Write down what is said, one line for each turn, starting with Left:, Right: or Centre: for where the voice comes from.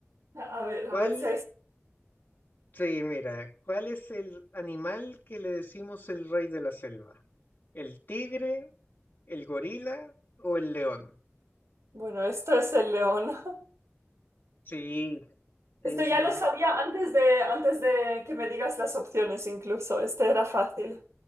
Right: A ver,
Left: ¿Cuál,
Right: a ver si hay...
Left: sí, mira, cuál es el animal que le decimos el rey de la selva? ¿El tigre, el gorila o el león?
Right: Bueno, esto es el león. <laughs>
Left: Sí, sí,
Right: Esto
Left: sí,
Right: ya lo sabía antes de, antes de que me digas las opciones incluso. Este era fácil.